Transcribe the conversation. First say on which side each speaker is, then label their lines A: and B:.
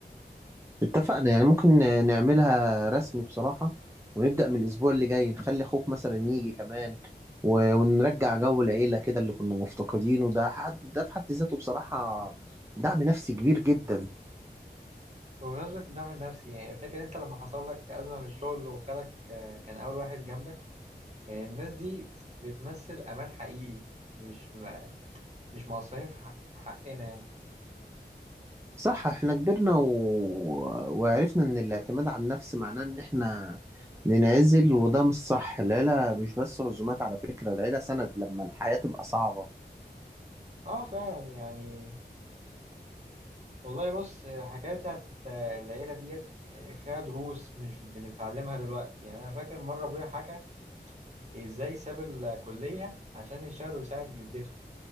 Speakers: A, on the right; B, on the right.
A: اتفقنا يعني ممكن نعملها رسمي بصراحة ونبدأ من الأسبوع اللي جاي نخلي أخوك مثلا يجي كمان و... ونرجع جو العيلة كده اللي كنا مفتقدينه ده حد ده في حد ذاته بصراحة دعم نفسي كبير جدا
B: بمناسبة الدعم النفسي يعني فاكر انت لما حصل لك أزمة في الشغل وخالك آه، كان أول واحد جنبك يعني الناس دي بتمثل أمان حقيقي مش م- مش مقصرين في حق حقنا يعني
A: صح احنا كبرنا و... وعرفنا ان الاعتماد على النفس معناه ان احنا ننعزل وده مش صح العيلة مش بس عزومات على فكرة العيلة سند لما الحياة تبقى صعبة
B: اه فعلا يعني والله بص الحكاية بتاعت العيلة ديت يعني فيها دروس مش بنتعلمها دلوقتي يعني أنا فاكر مرة أبويا حكى إزاي ساب الكلية عشان يشتغل ويساعد جدته